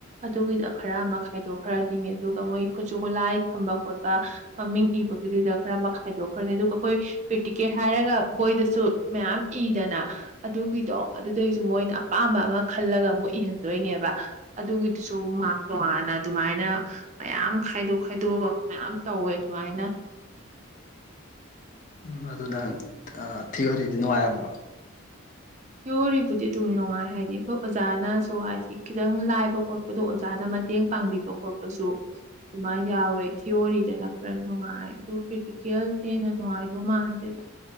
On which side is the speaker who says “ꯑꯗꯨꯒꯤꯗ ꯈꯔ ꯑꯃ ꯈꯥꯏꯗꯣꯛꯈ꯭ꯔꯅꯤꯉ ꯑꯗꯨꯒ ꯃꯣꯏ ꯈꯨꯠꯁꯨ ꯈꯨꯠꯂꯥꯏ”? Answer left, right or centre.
Right